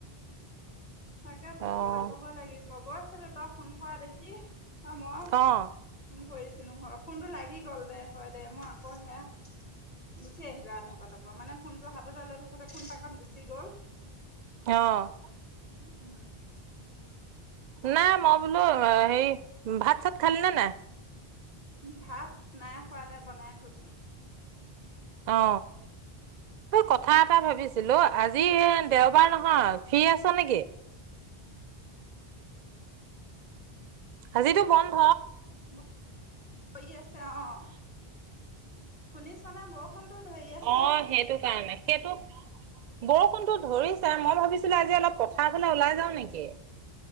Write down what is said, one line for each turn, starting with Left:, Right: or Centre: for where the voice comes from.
Left: তাকে বোলো
Right: অ',
Left: চাবগৈ লাগিব বগৈছিলো তাক ফোন কৰা দেখি ত মই
Right: অ',
Left: ফোন কৰিছো। ফোনটো লাগি গ'ল দে হয় দে মই আকৌ সেয়া গুচি আহিলো আধাৰ পাতৰ পৰা মানে ফোনটো হাততে লৈ থাকোতে ফোন টো। গুচি গ'ল
Right: অ',
Left: উম উম উম হ
Right: নাই মই বোলো সেই ভাত চাত খালে ন নাই।
Left: ভাত নাই খোৱাাদায় বনাই থৈছোঁ।
Right: অ এই কথা এটা ভাবিছিলো আজি দেওবাৰ নহয় ফ্ৰী আছ নেকি আজিতো বন্ধ।
Left: ম পৰি আছে অ অ শুনিছ শুনা বৰষুণতো ধৰি আছে
Right: অ', সেইটো কাৰণে সেইটো বৰষুণটো ধৰিছে মই ভাবিছিলো আজি অলপ পথাৰ ফলে ওলাই যাও নেকি